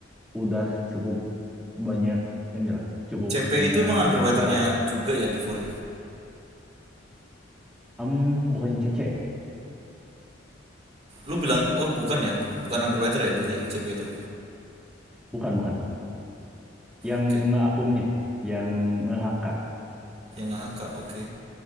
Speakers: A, in the centre; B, on the right.
A: udah cukup banyak inilah, cukup
B: CP
A: punya
B: itu emang underwaternya
A: banyak barang.
B: juga ya di Fore
A: Em, bukannya CC ya?
B: Lu bilang oh bukan ya, bu- bukan underwriter ya berarti CP itu.
A: Bukan, bukan. Yang
B: Oke.
A: ngeakumnya, yang nge-HK
B: Yang AHK, oke.